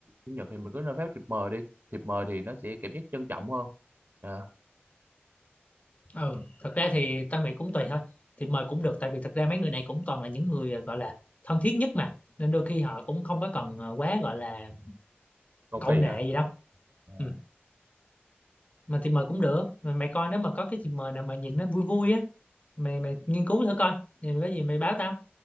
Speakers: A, on the right; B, on the left.
A: chủ nhật thì mình cứ nên phát thiệp mời đi thiệp mời thì nó sẽ cảm giác trân trọng hơn à,
B: ừ thật ra thì tao nghĩ cũng tùy thôi thì mời cũng được tại vì thật ra mấy người này cũng toàn là những người à, gọi là thân thiết nhất mà nên đôi khi họ cũng không có cần ờ, quá gọi là
A: cầu
B: cậu
A: kỳ
B: nệ
A: hả
B: gì đâu
A: Ờ.
B: ừ. mà thì mời cũng được mày, mày coi nếu mà có cái thì mời nào mà nhìn nó vui vui á mày mày nghiên cứu thử coi thì có gì mày báo tao